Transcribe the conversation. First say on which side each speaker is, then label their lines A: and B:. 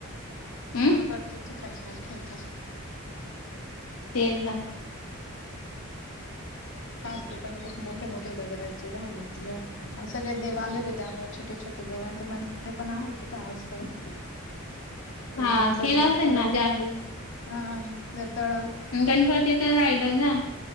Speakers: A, on the left (about 80°); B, on the left (about 60°).
A: हम्म
B: हा प्रत्येक ठिकाणची अ्ख्या आहे का?
A: <inaudible>
B: <inaudible> पण खूप मोठे मोठे दगडायचे झालेत ग आणि सगळे देव आले होते त्यामुळे छोटेछोटे देवांचे मंदिर पण आहे तिथं आसपास.
A: हा
B: एक गणपती
A: केलं
B: बाप
A: असेल ना
B: गणप
A: जागृत
B: हा तळं
A: गणपती तर राहिला जा.